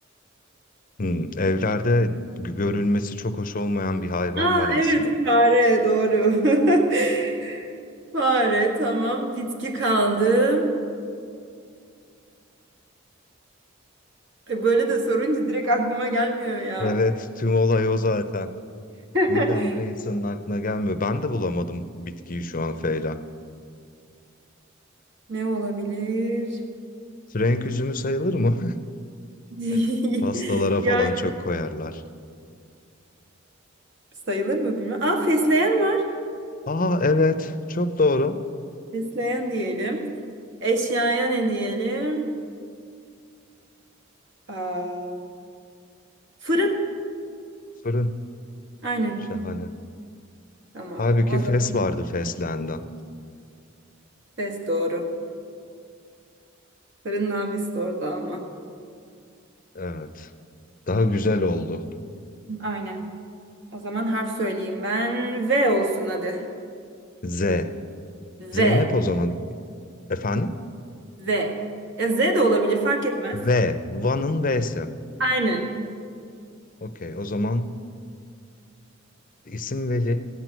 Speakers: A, on the left (about 45°); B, on the right (about 60°).
A: Hmm, evlerde g- görülmesi çok hoş olmayan bir hayvan
B: Aa
A: var aslında.
B: evet fare doğru. <laughs> Fare tamam bitki kaldı. E, Böyle de sorunca direkt aklıma gelmiyor ya.
A: Evet, tüm olay o zaten. Birdenbire
B: <laughs>
A: insanın aklına gelmiyor. Ben de bulamadım bitkiyi şu an Feyla.
B: Ne olabilir?
A: Frenk üzümü sayılır mı?
B: <laughs>
A: <laughs> Pastalara falan
B: Yani
A: çok koyarlar.
B: sayılır mı bilmiyorum. Aa fesleğen var.
A: Aa evet, çok doğru.
B: Besleyen diyelim. Eşyaya ne diyelim? Aa, fırın.
A: Fırın.
B: Aynen.
A: Şahane.
B: Tamam.
A: Halbuki
B: O
A: fes
B: zaman
A: vardı feslenden.
B: ses doğru. Fırın nafis doğru ama.
A: Evet. Daha güzel oldu.
B: Aynen. O zaman harf söyleyeyim ben. V olsun hadi.
A: Z.
B: V.
A: Zeynep o zaman. Efendim?
B: V. Ya Z de olabilir fark etmez.
A: V. Van'ın V'si.
B: Aynen.
A: Okey, o zaman İsim Veli,